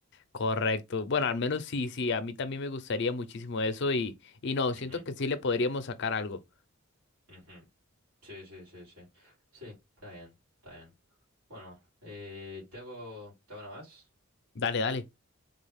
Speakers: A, on the left; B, on the right.
A: Correcto. Bueno, al menos sí, sí, a mí también me gustaría muchísimo eso y, y no,
B: Ujú,
A: siento que sí le podríamos sacar algo.
B: ujú. Sí, sí, sí, sí. Sí, está bien, está bien. Bueno, eh, te hago, te hago una más.
A: Dale, dale.